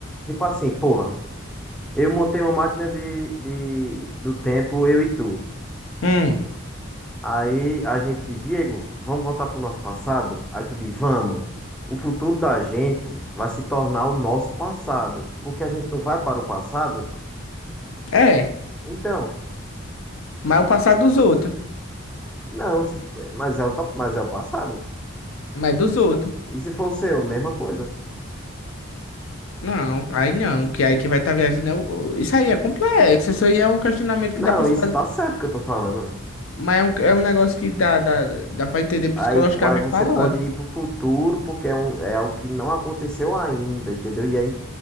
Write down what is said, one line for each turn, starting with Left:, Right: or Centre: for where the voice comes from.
Centre: tipo assim, porra, eu montei uma máquina de, de, do tempo, eu e tu.
Left: Hum,
Centre: Aí a gente diz, Diego, vamos voltar pro nosso passado? Aí tu diz, vamos. O futuro da gente vai se tornar o nosso passado, porque a gente não vai para o passado?
Left: é.
Centre: Então,
Left: Mas é o passado dos outros.
Centre: não, se, f- mas é o, ta- mas é o passado.
Left: Mas é dos outros.
Centre: E se for o seu, mesma coisa.
Left: Não, aí não, que aí que vai estar tá viajando. é o- o- Isso aí é complexo. Isso aí é um questionamento
Centre: Não,
Left: que dá pra se
Centre: isso
Left: fazer.
Centre: tá certo que eu tô falando.
Left: Mas é um, é um negócio que dá, dá, dá pra entender psicologicamente
Centre: Aí, po- aí você
Left: falando.
Centre: pode ir pro futuro, porque é, um, é algo que não aconteceu ainda, entendeu? E, é